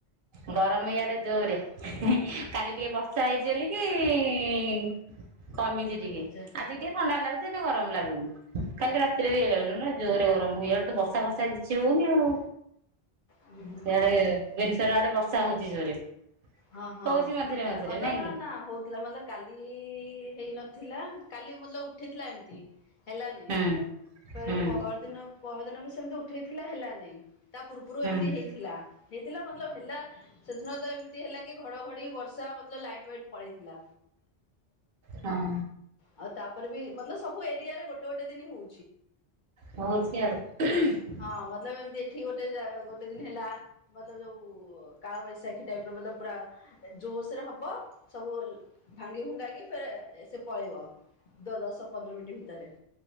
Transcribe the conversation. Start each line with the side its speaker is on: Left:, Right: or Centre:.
Right: ଗରମ ଇଆଡେ ଜୋରେ। ହେଁଏ କାଲି ଟିକେ ବର୍ଷା ହେଇଛି ବୋଲି କି ଇଂ କମିଛି ଟିକେ।
Left: ଆଚ୍ଛା
Right: ଟିକେ ଥଣ୍ଡା ଲାଗୁଛି ସେତେ ଗରମ ଲାଗୁନି। କାଲି ରାତିରେ ବି ହେଲା ବବେଳୁ <unintelligible> ନା ଜୋରରେ ଗରମ ହୁଏ ଇଆଡ଼େ ତ ବର୍ଷା ଫର୍ଷା କିଛି ହଉନି ଆଉ।
Left: ହୁଁ ହୁଁ
Right: ସିଆଡେ
Left: ହୁଁ।
Right: ଭୁବନେଶ୍ୱର ଆଡେ ବର୍ଷା ହଉଚି ଜୋରେ?
Left: ହଁ ହଁ
Right: ହଉଛି ମଝିରେ
Left: ଏ
Right: ମଝିରେ
Left: ଆଡ଼େ ମତଲବ
Right: ନାଇଁ
Left: ନା
Right: କି?
Left: ନା ହଉଥିଲାଥିଲା <unintelligible> କାଲି ହେଇନଥିଲା କାଲି ମତଲବ୍ ଉଠେଇଥିଲା ଏମ୍ତି। ହେଲାନାଇ,
Right: ହୁଁ
Left: ପରେ
Right: ହୁଁ
Left: ପହର ଦିନ ପହର ଦିନ ବି ସେମିତି ଉଠେଇଥିଲା ହେଲାନାଇ। ତା ପୂର୍ବରୁ
Right: ହୁଁ
Left: ଏମିତି ହେଇଥିଲା ହେଇଥିଲା ମତଲବ୍ ହେଲା ସେଦିନ ତ <unintelligible> ହେଲା କି ଘଡଘଡି ବର୍ଷା ମତ୍ଲଵ୍ ଲାଇଟ୍ ଫାଇଟ୍ ପଳେଇଥିଲା।
Right: ହଁ
Left: ଆଉ ତାପରେ ବି ମତ୍ଲଵ୍ ସବୁ ଏରିଆ ରେ ଗୋଟେ ଗୋଟେ ଦିନ ହଉ
Right: ହଉଛି ଆଉ <unintelligible>
Left: ହଁ ମତ୍ଲବ ଏମିତି ଏଠି ଗୋଟେ ଯା ଗୋଟେ ଦିନ ହେଲା ମତ୍ଲବ୍ ଯୋଉ କାଳବୈଶାଖୀ ଟାଇପ ମତଲବ୍ ପୁରା ଜୋସରେ ହବ ସବୁ ଭାଙ୍ଗି ଭୁଙ୍ଗା କିି ଫେରେ ସେ ପଳେଇବ ଦ ଦଶ ପନ୍ଦର ମିନିଟ ଭିତରେ।